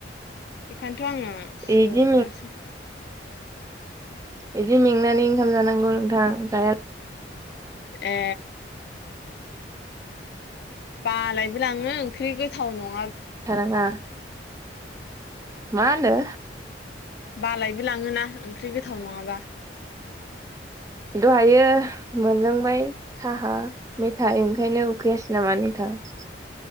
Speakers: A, on the left; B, on the right.
A: बेखायनो थ' आंङो संङासै
B: इदि बिदि मेंनानै ओंखाम जानांगौ नोंथां जाया
A: ए बालायबो लांङो ओंख्रि गोथाव नङ
B: थारांङा मा होनदो
A: बालायबो लाङोना ओंख्रि गोथाव नंङाबा
B: दहायो मोनलोंबाय साहा मैथा ओंखायनो उखैयासै नामा नोंथां ओ